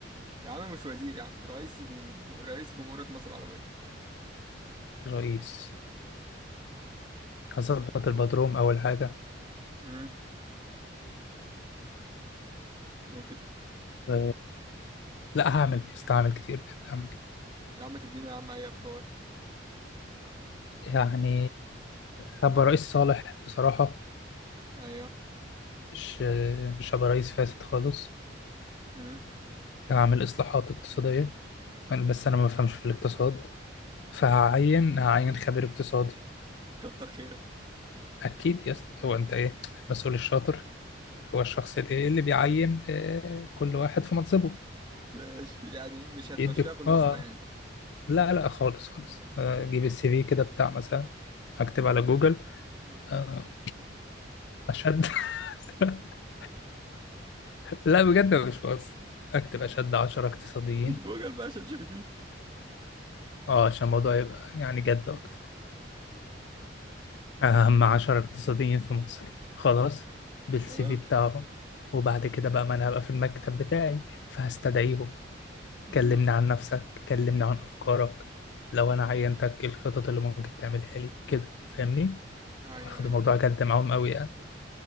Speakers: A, on the right; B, on the left.
A: يا عم مش وزير يا عم رئيس الج... رئيس جمهورية مصر العربية
B: رئيس هظبط البدروم اول حاجه
A: امم ممكن
B: و... لا هعمل استعمل كتير بجد هعمل كتير
A: يا عم تديني يا عم اي افكار
B: يعني هبقى
A: عشان
B: رئيس صالح بصراحه
A: ايوه
B: مش مش هبقى رئيس فاسد خالص
A: امم
B: هعمل اصلاحات اقتصاديه أنا- بس انا ما بفهمش في الاقتصاد فهعين هعين خبير اقتصادي
A: كتر خيرك
B: اكيد يا اسطى هو انت ايه المسؤول الشاطر هو الشخص اللي اللي بيعين آه، كل واحد في منصبه
A: ماشي يعني مش هتمشيها
B: يديك
A: بالواسطة
B: اه
A: يعني
B: لا لا خالص خالص آه، اجيب السي في كده بتاع مثلا اكتب
A: أيوة.
B: على جوجل
A: مم.
B: آه، اشد <laughs> لا بجد مش بهزر اكتب اشد 10 اقتصاديين
A: مش جوجل بقى شات جي بي تي
B: اه عشان الموضوع يبقى يعني جد اكتر اهم 10 اقتصاديين في مصر خلاص
A: <laughs>
B: بالسي
A: تمام
B: في بتاعهم وبعد كده بقى ما انا هبقى في المكتب بتاعي فهستدعيهم
A: مم.
B: كلمني عن نفسك كلمني عن أفكارك لو أنا عينتك إيه الخطط اللي ممكن تعملها لي كده فاهمني
A: ايوه
B: واخد
A: ايوه
B: الموضوع جد معاهم قوي يعني